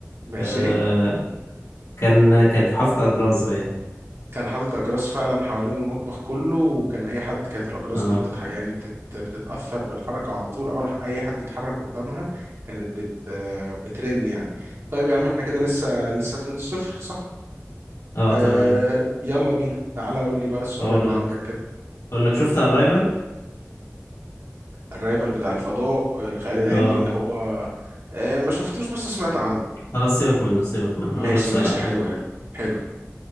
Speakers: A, on the right; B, on the left.
A: ماشي
B: آه كان كان في حاطط اجراز باين
A: كان حاطط اجراس فعلا حوالين المطبخ كله وكان اي حد كانت الاجراس
B: اه
A: دي بتتح... يعني بتت... بتتاثر بالحركه على طول اول ح- اي حد يتحرك قدامها كانت بت... آه، بترن يعني طيب يا عم احنا كده لسه لسه 2-0 صح
B: اه
A: آه
B: تمام
A: يلا بينا تعالى قول لي بقى السؤال
B: هقول
A: اللي
B: لك
A: عندك كده
B: هقول لك شفت الرايفل
A: الرايفل بتاع الفضاء الخيال العلمي
B: اه
A: اللي هو آه ما شفتوش بس سمعت عنه
B: خلاص سيبك منه سيبك منه
A: ماشي
B: هقول لك سؤال
A: ماشي
B: احلى
A: حلو حلو حلو